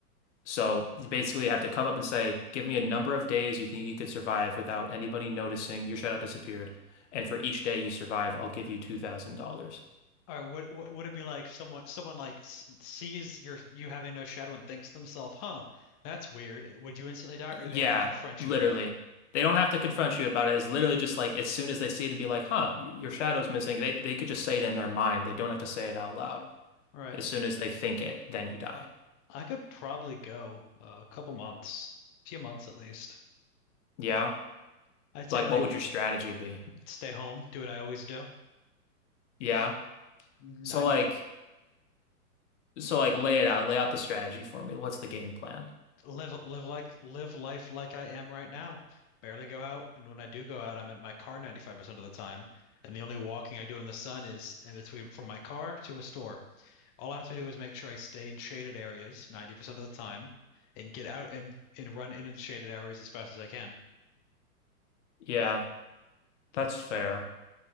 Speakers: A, on the left; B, on the left.
A: So you basically have to come up and say, give me a number of days you think you could survive without anybody noticing your shadow disappeared. And for each day you survive, I'll give you $2,000.
B: All right, what, what would it be like? Someone, someone like s- sees your you having no shadow and thinks to themselves, "Huh, that's weird." Would you instantly die,
A: Yeah,
B: or do they have to confront
A: literally.
B: you about it?
A: They don't have to confront you about it. It's literally just like as soon as they see it and be like, huh, your shadow's missing, they, they could just say it in their mind. They don't have to say it out loud.
B: All right,
A: As soon as they think it, then you die.
B: I could probably go uh, a couple months, few months at least.
A: Yeah.
B: I'd
A: Like,
B: say like
A: what would your strategy be?
B: stay home, do what I always do.
A: Yeah.
B: N-
A: So
B: I
A: like,
B: not
A: so like lay it out, lay out the strategy for me. What's the game plan?
B: live live like live life like I am right now. Barely go out, and when I do go out, I'm in my car 95% of the time, and the only walking I do in the sun is in between from my car to a store. All I have to do is make sure I stay in shaded areas 90% of the time and get out and, and run in and shaded areas as fast as I can.
A: Yeah, that's fair.